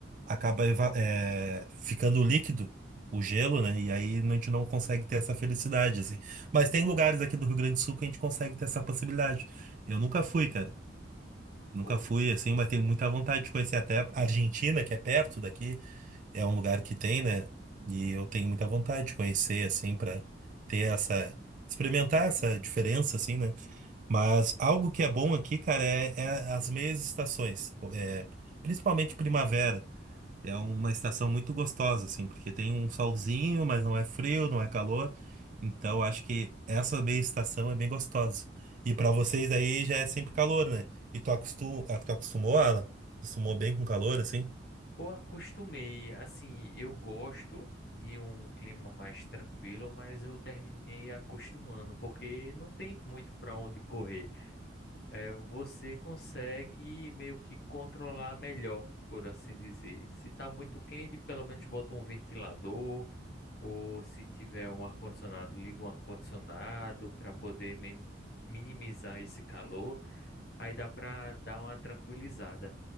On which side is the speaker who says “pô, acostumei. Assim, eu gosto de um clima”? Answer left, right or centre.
Left